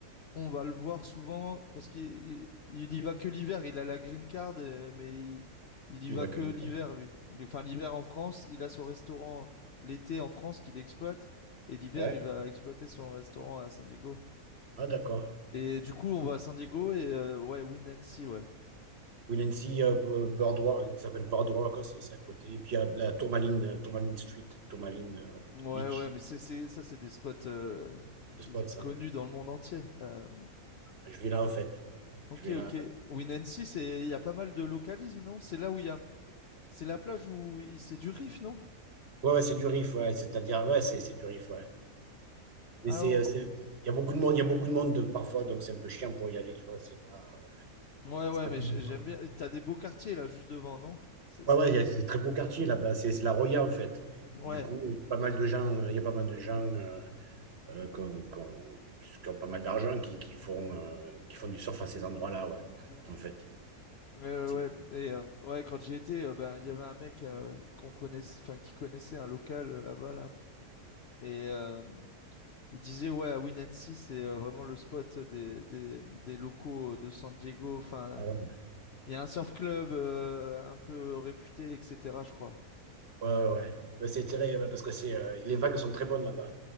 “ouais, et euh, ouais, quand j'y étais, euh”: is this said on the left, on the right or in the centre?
Left